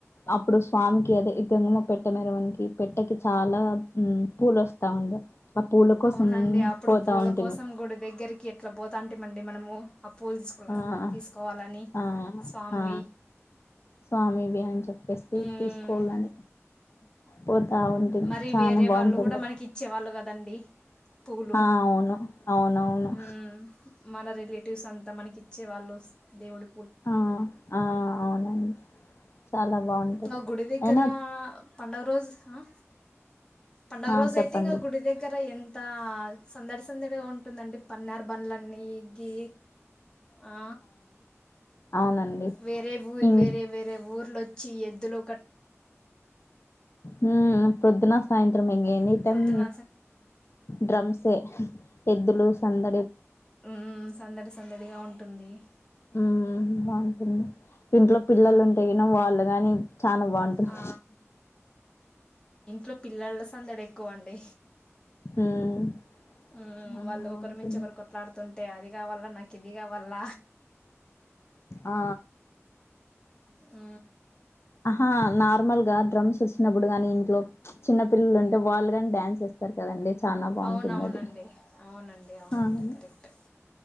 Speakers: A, on the left; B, on the left.
A: అప్పుడు స్వామికి అదే గంగమ్మ పెట్టె మెరవన్ పెట్టెకి చాలా మ్మ్ పూలొస్తా ఉండే ఆ పూల కోసం
B: అవునండి అప్పుడు
A: పోతా
B: పూల
A: ఉంటిమి
B: కోసం గుడి దగ్గరికి ఎట్లా పోతాంటిమండి మనము ఆ పూలు తీసుకు
A: ఆ
B: తీసుకోవాలని
A: ఆ ఆ
B: స్వామివి
A: స్వామివి అని చెప్పేస్తే
B: మ్మ్
A: తీసుకోవాలని పోతా ఉంటే
B: మరి
A: చాలా
B: వేరే
A: బాగుంటుండు
B: వాళ్ళు కూడా మనకి ఇచ్చేవాళ్ళు కదండి పూలు
A: ఆ అవును అవునవును
B: మ్మ్ మన రిలేటివ్స్ అంతా మనకి ఇచ్చే వాళ్ళు దేవుడు
A: ఆ ఆ అవునండి చాలా బాగుంటది
B: ఆ గుడి దగ్గర
A: అయినా
B: పండగ రోజు ఆ పండగ
A: ఆ
B: రోజు
A: చెప్పండి
B: అయితే ఇంకా గుడి దగ్గర ఎన్ త సందడి సందడిగా ఉంటుందండి పన్నారు బండ్లన్నీ గే ఆ
A: అవునండి
B: వేరే ఊ
A: ఇం
B: వేరే వేరే ఊర్లోచ్చి ఎద్దులో
A: మ్మ్ ప్రొద్దున సాయంత్రం ఇన్ ఎనీ టైమ్
B: ప్రొద్దున
A: డ్రమ్సే ఎద్దులు సందడి
B: ఉమ్ సందడి సందడిగా ఉంటుంది
A: ఊహు బాగుంటుంది ఇంట్లో పిల్లలుంటే
B: మ్మ్.
A: వాళ్ళుగా ని చాలా బాగుంటుంది
B: ఆ, ప్పుడు పిల్లల్ల సందడెక్కువ అండి
A: ఉమ్
B: ఊ
A: చానా
B: వాళ్ళు
A: బాగుంటుంది
B: ఒకరి మించ ఒకరు కొట్లాడుతుంటే టే అది గావల్ల నాకిద గావల్ల
A: ఆ
B: ఆ
A: ఆహా నార్మల్ గా డ్రమ్స్ వచ్చినప్పుడు గాని ఇంట్లో చిన్న పిల్లలు ఉంటే వాళ్ళు కాని డ్యాన్స్ చేస్తారు కదండి చానా బాగుంటుంది
B: అవునవునండి
A: అది
B: అవునండి అవున
A: అవును
B: అండి కరెక్ట్